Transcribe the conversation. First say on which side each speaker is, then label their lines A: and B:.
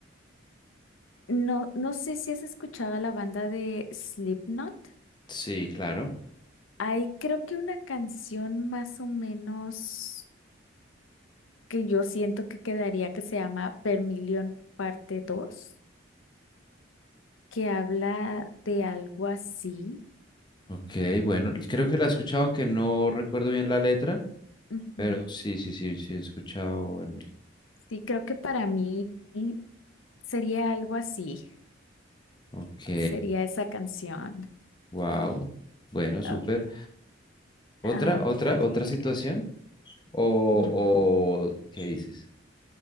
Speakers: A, on the left; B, on the left.
A: no, no sé si has escuchado la banda de Slipknot.
B: Sí, claro.
A: Hay creo que una canción más o menos que yo siento que quedaría que se llama Vermilion parte 2 que habla de algo así.
B: Ok, bueno, creo que la he escuchado, aunque no recuerdo bien la letra,
A: Ujú.
B: pero sí, sí, sí, sí, he escuchado. el mil.
A: Sí, creo que para mí sería algo así,
B: Ok,
A: sería esa canción.
B: wow. Bueno, súper.
A: Ok,
B: Otra,
A: ok.
B: otra, otra situación. ¿O,
A: Mm.
B: o qué dices?